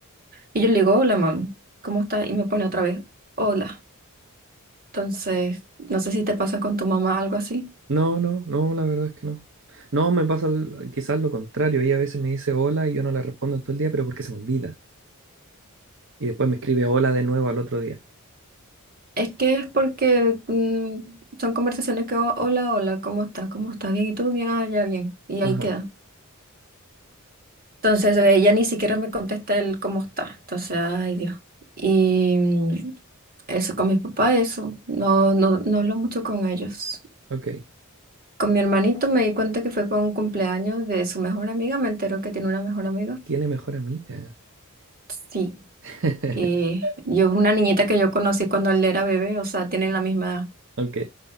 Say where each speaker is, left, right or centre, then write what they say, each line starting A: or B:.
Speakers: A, on the right; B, on the right.
A: Y yo le digo, hola, mam, ¿cómo estás? Y me pone otra vez, hola. Entonces, no sé si te pasa con tu mamá algo así.
B: No, no, no, la verdad es que no. No, me pasa l- quizás lo contrario. Ella a veces me dice hola y yo no le respondo en todo el día, pero porque se me olvida. Y después me escribe hola de nuevo al otro día.
A: Es que es porque mm, son conversaciones que, "Oh, hola, hola, ¿cómo estás? ¿Cómo estás? ¿Bien? ¿Y tú? Bien, ah, ya, bien. Y ahí
B: Ajá,
A: queda. Entonces, ella ni siquiera me contesta el cómo está. Entonces, ay, Dios. Y mm, eso con mis papás, eso. No, no, no hablo mucho con ellos.
B: ok.
A: Con mi hermanito me di cuenta que fue para un cumpleaños de su mejor amiga. Me enteró que tiene una mejor amiga.
B: Tiene mejor amiga.
A: Sí,
B: <laughs>
A: Eh, yo, una niñita que yo conocí cuando él era bebé, o sea, tienen la misma edad.
B: Ok,